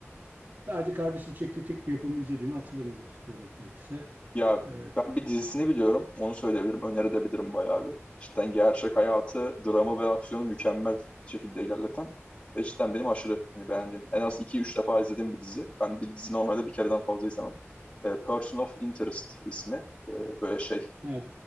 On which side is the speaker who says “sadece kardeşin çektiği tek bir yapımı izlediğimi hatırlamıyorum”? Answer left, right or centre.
Right